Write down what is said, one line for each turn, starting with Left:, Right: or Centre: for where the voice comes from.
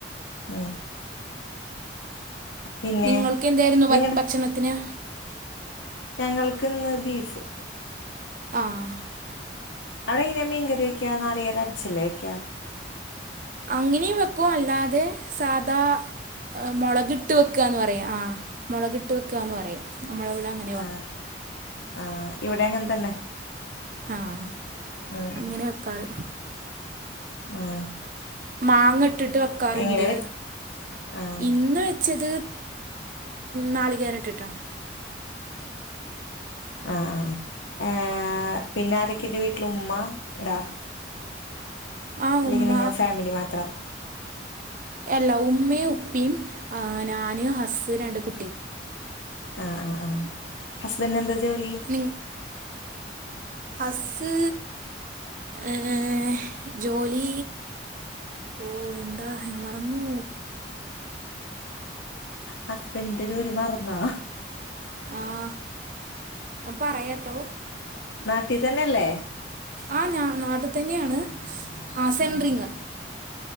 Left: ഉം പിന്നെ
Right: നിങ്ങൾക്ക് എന്തായിരുന്നു
Left: നിങ്ങടെ
Right: ഭക്ഷണത്തിന്
Left: ഞങ്ങൾകിന്ന് ബീഫ്
Right: ആഹ്
Left: അവിടെ ഇങ്ങനെ മീൻകറി വയ്ക്ക നാളികര അരച്ചല്ലേ വെക്കാ
Right: അങ്ങനെയും വെക്കും അല്ലാതെ സാദാ അ മുളകിട്ട് വെക്കാന്ന് പറയാ ആ മുളകിട്ട് വെക്കാന്ന് പറയാം നമ്മളെവിടെ അങ്ങ
Left: ആഹ ആഹ ഇവിടെ അങ്ങനെ തന്നെ
Right: ആഹ
Left: ഉം
Right: അങ്ങനെ വെക്കാറ്
Left: ആഹ്
Right: മാങ്ങ ഇട്ടിട്ട് വെക്കാറുണ്ട്
Left: എങ്ങനെ വെ ആഹ്
Right: ഇന്ന് വെച്ചത് നാളികേര ഇട്ടിട്ടാണ്
Left: ആഹ ആ എ പിന്നെ ആരൊക്കെന്റെ വീട്ടില് ഉമ്മ റാഫി
Right: ആ
Left: അല്ലെങ്കി
Right: ഉമ്മ
Left: നിങ്ങ ഫാമിലി മാത്രം
Right: അല്ലാ ഉമ്മയും ഉപ്പിയും ഞാന് ഹസ് രണ്ട് കു
Left: ആഹ ആഹ ആഹ് ഹസ്ബൻഡ് എന്താ ജോലി
Right: ഉം ഹസ് എഹ് ജോലി ഓ എന്താ ഞാൻ മറന്നു
Left: ഹസ്ബൻഡ്ന്റെ ജോലി മറന്നാ
Right: ആഹ് അ പറയാട്ടോ
Left: നാട്ടീ തന്നെല്ലേ
Right: ആഹ് ഞാ നാട്ടിൽ തന്നെയാണ് ആസെൻറിങ്ങ്
Left: ഉം